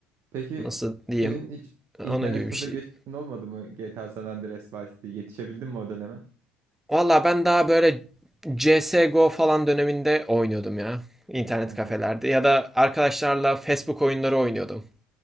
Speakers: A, on the right; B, in the centre.
A: Peki
B: Nasıl
A: senin
B: diyeyim?
A: hiç internet
B: Onun gibi
A: kafe
B: bir şey.
A: geçmişin olmadı mı GTA San Andreas Vice City? Yetişebildin mi o döneme?
B: Valla ben daha böyle CSGO falan döneminde oynuyordum ya. İnternet
A: Hı hı.
B: kafelerde ya da arkadaşlarla Facebook oyunları oynuyordum.